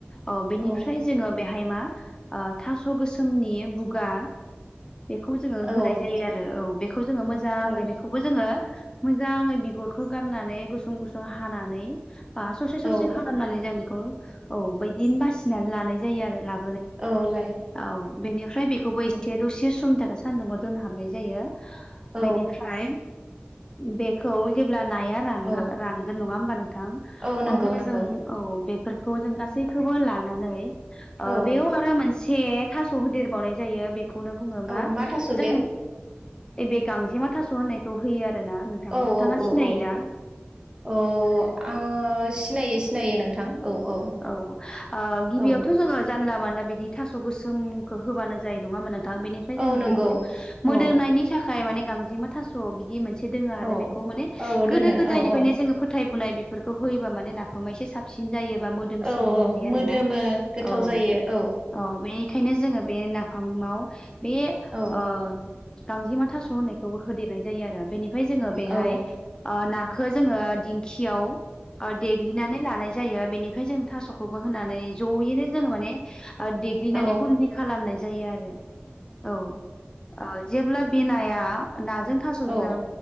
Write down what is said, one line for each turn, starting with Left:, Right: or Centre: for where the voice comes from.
Left: ओ बेनिफ्राय
Right: औ
Left: जोंङो बेहाय मा ओ थास' गोसोमनि बुगा बेखौ जोंङो
Right: औ
Left: होनाय जायो आरो। औ बेखौ जोंङो मोजाङै
Right: औ
Left: बेखौबो जोंङो मोजां बिगुरखौ गारनानै गुसुं गुसुं हानानै बा ससे
Right: औ
Left: ससे खालामनानै जों बेखौ औ बैदिनो बासिनानै लानाय जायो आरो ला
Right: औ लाय।
Left: औ बेनिफ्राय बेखौबो एसे
Right: औ
Left: दसे समनि थाखाय सान्दुंआव दोनहाबनाय जायो।
Right: औ
Left: बेनिफ्राय बेखौ जेब्ला नाया रान
Right: औ
Left: रानगोन नङा होमबा नोंथां
Right: औ नंगौ
Left: अब्ला
Right: नंगौ
Left: जों औ बेफोरखौ जों गासैखौबो लानानै ओ
Right: औ
Left: बेयाव आरो मोन से थास' होदेरबावनाय जायो बेखौनो बुंङो
Right: औ
Left: मा
Right: थास'
Left: जों
Right: बे
Left: बे गांजेमा थास' होननायखौ होयो आरो ना नोंथां
Right: औ
Left: नोंथाङा
Right: औ औ
Left: सिनायो
Right: औ
Left: ना?
Right: औ आङो सिनायो सिनायो नोंथां औ औ।
Left: औ ओ गिबियावथ'
Right: औ
Left: जोंङो जानला मानला बिदि थास' गोसोमखौ होबानो जायो नङा मोना बेनिफ्राय जोंङो
Right: औ नंगौ
Left: बेखौ मोदोमनायनि
Right: औ
Left: थाखाय माने गांजेमा थास' बिदि मोनसे एसे दोंङो आरो
Right: औ
Left: बेखौ माने
Right: औ दोङो
Left: गोदो गोदायनिफ्रायनो
Right: औ औ
Left: जोंङो फोथायबोनाय फोरखौ होयोब्ला माने नाफामा एसे साबसिन जायोबा मो दोमसिनो
Right: औ
Left: होननाय आरोना
Right: मोदोमो गोथाव
Left: औ
Right: जायो
Left: औ बे ओखायनो जोंङो बे नाफामाव बे
Right: औ
Left: ओ गांजिमा थास' होननायखौबो होदेरनाय जायो आरो बेनिफ्राय जोंङो बेहाय
Right: औ
Left: ओ नाखौ जोंङो दिंखियाव देग्लिनानै लानाय जायो बेनिफ्राय जों थास'खौबो होनानै ज'यैनो जोंङो माने देग्लिनानै
Right: औ
Left: गुदि खालामनाय जायो आरो औ ओ जेब्ला बे नाया नाजों थास'जों
Right: औ